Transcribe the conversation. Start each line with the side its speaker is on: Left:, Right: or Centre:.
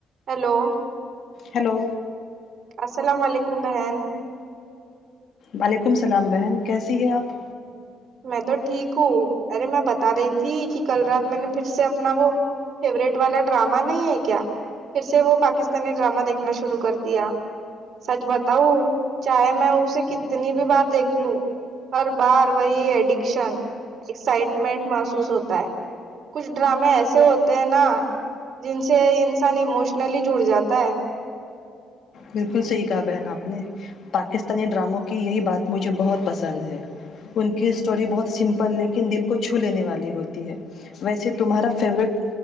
Right: hello
Left: hello
Right: السلام علیکم بہن
Left: وعلیکم السلام بہن کیسی ہے آپ
Right: میں تو ٹھیک ہوں ارے میں بتا رہی تھی کہ کل رات میں نے پھر سے اپنا وہ فیورٹ والا ڈرامہ نہیں ہے کیا پھر سے وہ پاکستانی ڈرامہ دیکھنا شروع کر دیا سچ بتاؤ چاہے میں اسے کتنی بھی بار دیکھ لوں ہر بار وہی ایڈکشن ایکسائٹمنٹ محسوس ہوتا ہے کچھ ڈرامے ایسے ہوتے ہیں نا جن سے انسان ایموشنلی جڑ جاتا ہے
Left: بالکل صحیح کہا بہن آپ نے پاکستانی ڈراموں کی یہی بات مجھے بہت پسند ہے ان کی اسٹوری بہت سمپل لیکن دل کو چھو لینے والی ہوتی ہے ویسے تمہارا فیوریٹ